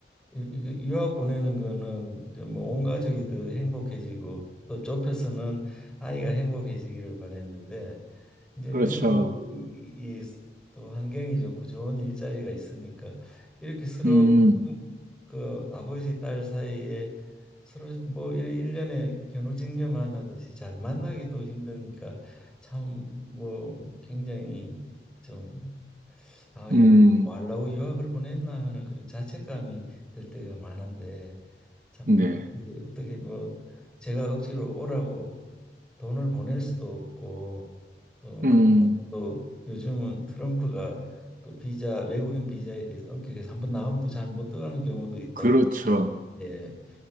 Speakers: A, in the centre; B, on the right.
A: 유- 유- 유학 보내는 거는 이제 뭐온 가족이 더 행복해지고 또 좁혀서는 아이가 행복해지기를 바랬는데 이제
B: 그렇죠.
A: 미국이 또 환경이 좋고 좋은 일자리가 있으니까 이렇게 서로
B: 음,
A: 음, 그 아버지 딸 사이에 서로 뭐 이래 일년에 견우직녀 만나듯이 잘 만나기도 힘드니까 참 뭐 굉장히 좀 아, 이런
B: 음,
A: 왈라우 유학을 보냈나 하는 그런 자책감이 들 때가 많은데 참
B: 네,
A: 이게 어떻게 뭐 제가 억지로 오라고 돈을 보낼 수도 없고 또
B: 음,
A: 그렇다고 또 요즘은 트럼프가 또 비자 외국인 비자에 대해서 엄격해서 한번 나가면 또 잘 못 들어가는 경우도 있다고
B: 그렇죠.
A: 예